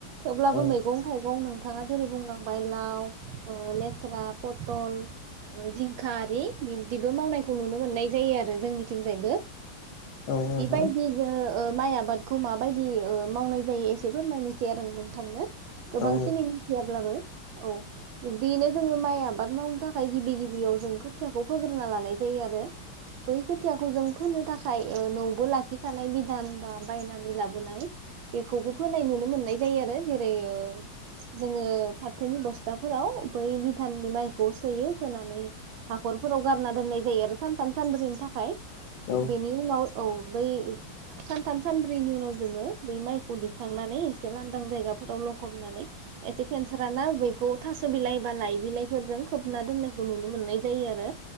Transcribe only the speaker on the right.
थेवब्लाबो
मैगं थाइगंनो नोंथाङा जेरै बुंलांबाय लाव ले स्रा, पथल, जिंखा आरि बिब्दिबो मावनायखौ नुनो मोननाय जायो आरो जोंनिथिंजायबो
बिबायदिनो ओ माइ आबादखौ माबायदि ओ मावनाय जायो एसे फोरमायनि। थि आरो नोंथांनो गोबांसिनै
मिथियाब्लाबो। औ बिनो जोङो माइ आबाद मावनो थाखाय गिबि गिबियाव जों खोथियाखौ फोग्रोना लानाय जायो आरो बै खोथियाखौ जों फोनो थाखाय न'वबो लाखिखानाय बिधान बा बायनानै लाबोनाय बेखौबो फोनाय नुनो मोननाय जायो आरो जेरै <unintelligible> जोङो। थोनि बस्थाफोराव। बै भिधाननि माइखौ सोयो सोनानै हाखरफोराव गारना दोननाय जायो आरो सानथाम सानब्रैनि थाखाय।
बेनि उनाव औ बै सानथाम सानब्रैनि उनाव जोङो बै माइखौ दिखांनानै एसे लांदां जायगाफोराव लखबनानै एसे फेनसार ना बैखौ थास' बिलाइ। बा लाय बिलाइजों खोबना दोननायखौ नुनो मोननाय जायो आरो